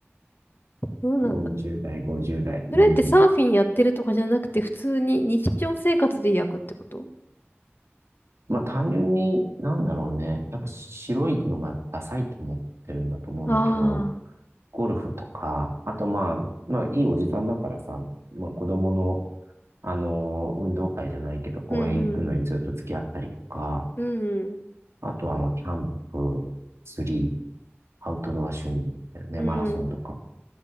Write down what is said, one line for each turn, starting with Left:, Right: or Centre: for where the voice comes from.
Left: そうなんだ。
Right: 40代、50代。うん。
Left: それってサーフィンやってるとかじゃなくて、普通に日常生活で焼くってこと
Right: まあ単純に、なんだろうね。やっぱ白いのがダサいと思ってるんだと思うんだけど、
Left: あ
Right: ゴルフとか、あとまあ、まあいいおじさんだからさ、まあ子供の、あのー運動会じゃないけど、公園行くのにずっと付き合ったりとか、
Left: あー、うんうん。うん
Right: あとはまあキャンプ、釣り、アウトドア趣味だよね、
Left: うん。
Right: マラソンとか。